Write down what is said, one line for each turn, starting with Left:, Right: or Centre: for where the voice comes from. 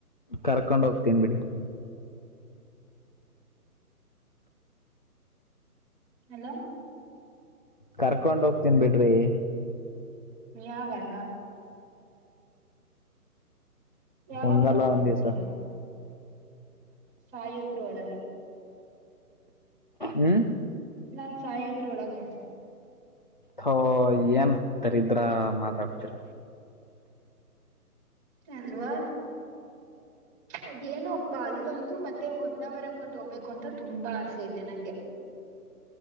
Left: ಕರ್ಕೊಂಡ ಹೋಗ್ತೇನ್ ಬಿಿಡಿ
Right: ಹಲೋ
Left: ಕರ್ಕೊಂಡ್ ಹೋಗ್ತೀನ್ ಬಿಡ್ರಿ
Right: ಯಾವದ ಯಾವಾಗ
Left: ಒಂದಲ್ಲ
Right: ಕರ್ಕೊಂಡ
Left: ಒಂದ್
Right: ಹೋಗ್ತೀರಾ
Left: ದಿವ್ಸ
Right: ಸಾಯುದ್ರು ಒಳಗೆ
Left: ಹ್ಮ್
Right: ನಾನ್ ಸಾಯೋದ್ರು ಒಳಗೆ
Left: ತೋ ಏನ್ಂತರಿದ್ರ ಮಾತಾಡ್ತೀರ
Right: ಅಲ್ವಾ ಅದೇನೋ ಅಪ್ಪ ಅಲ್ಲೊಂದು ಮತ್ತೆ ಹೊಂನಾವರಕ್ೊಂದು ಹೋಗ್ಬೇಕು ಅಂತ ತುಂಬಾ ಆಸೆ ಇದೆ ನಂಗೆ.